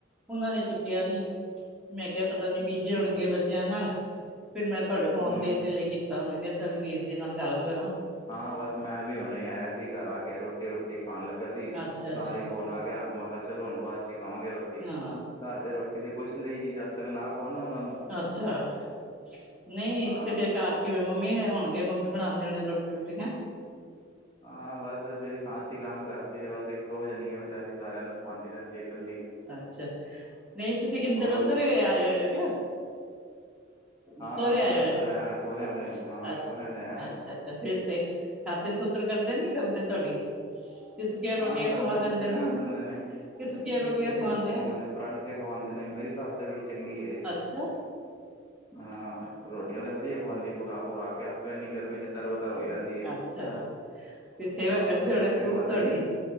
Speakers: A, in the centre; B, on the left.
A: ਉਹਨਾਂ ਨੇ ਚੁੱਕਿਆ ਨੀ। ਮੈਂ ਕਿਹਾ ਪਤਾ ਨੀ ਬੀ, ਜੀ
B: ਅੱਛਾ
A: ਹੋਣਗੇ ਬੱਚਿਆਂ ਨਾਲ ਫ਼ਿਰ ਮੈਂ ਤੁਹਾਡੇ ਫੋਨ
B: ਹੂੰ
A: ਤੇ ਇਸੇ ਲਈ ਕੀਤਾ। ਤਾਂ ਮੈਂ ਕਿਹਾ ਚੱਲ ਵੀਰ ਜੀ ਨਾਲ ਗੱਲ ਕਰਾਂ।
B: ਹਾਂ, ਬਸ ਮੈਂ ਵੀ ਹੁਣੇ ਆਇਆ ਸੀ ਘਰ ਆ ਕੇ ਰੋਟੀ- ਰੋਟੀ ਖਾਣ ਲੱਗਾ ਸੀ
A: ਅੱਛਾ ਅੱਛਾ
B: ਨਾਲ ਹੀ ਫੋਨ ਆ ਗਿਆ। ਮੈਂ ਕਿਹਾ ਚਲੋ ਹੁਣ ਬਾਅਦ 'ਚ' ਹੀ ਖਾਵਾਂਗੇ ਰੋਟੀ
A: ਹਾਂ
B: ਘਰ ਦੇ ਰੋਟੀ ਦੀ ਪੁੱਛਦੇ ਹੀ ਨੀ ਜਦ ਤੱਕ ਨਾ ਕਿਉਂ ਨਾ ਓਹਨਾ ਨੂੰ
A: ਅੱਛਾ, ਨਹੀਂ
B: ਹਾਂ
A: ਤੇ ਫਿਰ ਘਰ ਕਿਵੇਂ, ਮੰਮੀ ਇਹ ਹੋਣਗੇ ਮੰਮੀ ਬਣਾਉਂਦੇ ਹੋਣੇ ਰੋਟੀ-ਰੂਟੀ ਹੈਂ।
B: ਹਾਂ ਬਸ ਮੇਰੀ ਸੱਸ ਹੀ ਕੰਮ ਕਰਦੀ ਹੈ ਬਸ ਇੱਕੋ ਜਣੀ ਏ ਵਿਚਾਰੀ ਸਾਰਿਆਂ ਨੂੰ ਖਵਾਉਂਦੀ ਰਹਿੰਦੀ ਹੈ ਇਕੱਲੀ
A: ਅੱਛਾ, ਨਹੀਂ ਤੁਸੀਂ ਕਿੱਧਰ
B: ਹੋਰ
A: ਉੱਧਰ ਆਏ ਹੋਏ ਹੋ ਕਿਆ?
B: ਹਾਂ
A: ਸੋਹਰੇ
B: ਆਪਣੇ
A: ਆਇਆ
B: ਉੱਧਰ
A: ਹੋਇਆ
B: ਸਹੁਰਿਆਂ ਦੇ ਹਾਂ ਸਹੁਰਿਆਂ ਦੇ ਆਇਆ
A: ਅੱਛਾ-ਅੱਛਾ ਫ਼ਿਰ ਤੇ। ਖਾਤਰ-ਖੁਤਰ ਕਰਦੇ ਨੇ ਕੇ ਨਈ ਕਰਦੇ ਤੁਹਾਡੀ? ਤੇ ਸੁੱਕੀਆਂ ਰੋਟੀਆਂ
B: ਹਾਂ, ਖਾਤਰ-ਖੁਤਰ
A: ਖਵਾ ਦਿੰਦੇ ਨਾ
B: ਕਰ ਦਿੰਦੇ ਨੇ।
A: ਕਿ ਸੁੱਕੀਆਂ
B: ਨਹੀਂ
A: ਰੋਟੀਆਂ
B: ਸੁੱਕੀ
A: ਖਵਾਉਂਦੇ
B: ਰੋਟੀ ਤੇ ਨਹੀਂ
A: ਆ
B: ਖਾਂਦੇ ਪਰਾਂਠੇ ਖਵਾਉਂਦੇ ਨੇ ਮੇਰੀ ਸੱਸ ਤੇ ਬੜੀ ਚੰਗੀ ਏ।
A: ਅੱਛਾ
B: ਹਾਂ, ਰੋਟੀਆਂ ਤੇ ਵਧੀਆ ਖਵਾਂਦੀ ਪਕਾ-ਪਕਾ ਕੇ ਆਪੇ ਇੰਨੀ ਗਰਮੀ 'ਚ' ਤਰਬਤਰ ਹੋਈ ਰਹਿੰਦੀ ਏ,
A: ਅੱਛਾ ਫਿਰ ਸੇਵਾ
B: ਹਾਂ
A: ਕਰਦੇ ਹੋਣੇ
B: ਰੋਟੀ
A: ਖੂਬ
B: ਤਾਂ ਖਾਵਾਦੀ
A: ਤੁਹਾਡੀ
B: ਏ।